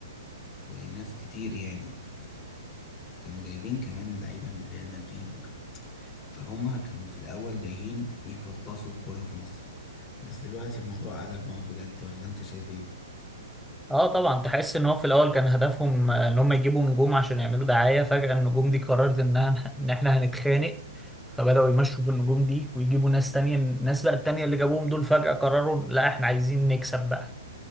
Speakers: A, on the left (about 20°); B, in the centre.
A: وناس كتير يعني فكانوا جايبين كمان لعيبة من ريال مدريد وكده فهم كانوا في الأول جايين يفطسوا الكورة في مصر بس دلوقتي الموضوع قلب معاهم بجد ولا أنت شايف إيه؟
B: اه طبعا تحس ان هو في الاول كان هدفهم آه، ان هم يجيبوا نجوم عشان يعملوا دعايه فجاه النجوم دي قررت انها ان احنا هنتخانق فبداوا يمشوا بالنجوم دي ويجيبوا ناس تانية الناس بقى التانية اللي جابوهم دول فجاه قرروا لا احنا عايزين نكسب بقى